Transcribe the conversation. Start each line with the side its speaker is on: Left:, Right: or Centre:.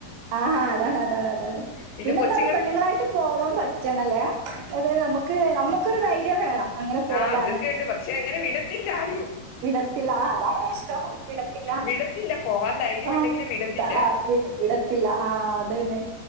Right: ആഹ് അതാണ് അതാണ് അതാണ്
Left: പിന്നെ
Right: പിന്നെന്താറിയോ
Left: കൊച്ചുങ്ങള്
Right: പെണ്ണുങ്ങളായിട്ട് പോവാൻ പറ്റണല്ലേ അത് നമുക്ക് നമ്മു ക്കൊരു ധൈര്യം വേണം അങ്ങനെ പോവാന്
Left: ആ അതൊക്കെയുണ്ട് പക്ഷേ അങ്ങനെ വിടത്തില്ലാരും
Right: വിടത്തില്ല ആഹ് അതാണ് പ്രശ്നം വിടത്തില്ല
Left: വിടത്തില്ല പോവാൻ ധൈര്യം
Right: ആ
Left: ഉണ്ടെങ്കിലും വിടത്തില്ല
Right: താ വിട് വിടത്തില്ല ആഹ് അതന്നെ